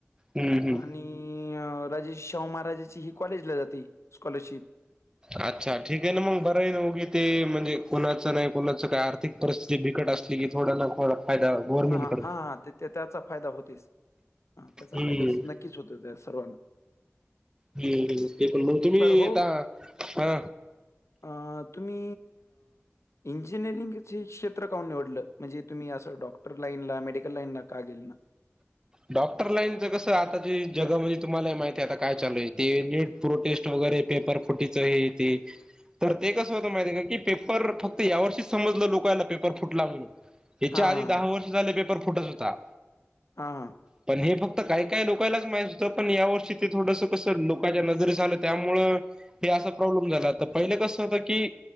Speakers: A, on the right (about 15°); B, on the left (about 80°).
A: हम्म हम्म
B: आणि नी अ राजे श्री शाहू महाराजाची ही कॉलेजला जाते स्कॉलरशिप.
A: अच्छा ठीक आय ना मग बरं आय ना उगी ते म्हणजे कुणाचं नाय कुणाचं काय आर्थिक परिस्थिती बिकट असली की थोडा ना फायदा गव्हर्नमेंट
B: हा
A: कडे
B: हा हा ते त्याचा फायदा होतीस हा त्याचा
A: हम्म
B: फायदा नक्कीच होतो त्या सर्वांना.
A: हम्म, एकूण म तुम्ही
B: बरं हो,
A: आता, हा
B: अ तुम्ही इंजिनिअरिंगचे क्षेत्र काऊन निवडलं? म्हणजे तुम्ही असं डॉ क्टर लाइन ला मेडिकल लाईन ला का गेले नाय?
A: डॉक्टर लाईनच कसं आता जे जगा मध्ये तुम्हाला माहिती हाय आता काय चालू आय ते नेट प्रोटेस्ट वगैरे पेपर फुटीचं हे ते. तर ते कसं होतं माहिती आय का की पेपर फक्त यावर्षीच समजलं लोकला पेपर फुटला म्हणून. ह्याच्या
B: हां,
A: आधी दहा वर्ष झाल पेपर फुटत होता.
B: हा.
A: पण हे फक्त काय काय लोकायलाच माहित होतं पण या वर्षी ते थोडंसं कसं लोकांच्या नजरेस आलं त्यामुळं हे असा प्रॉब्लेम झाला त पहिले कसं होतं की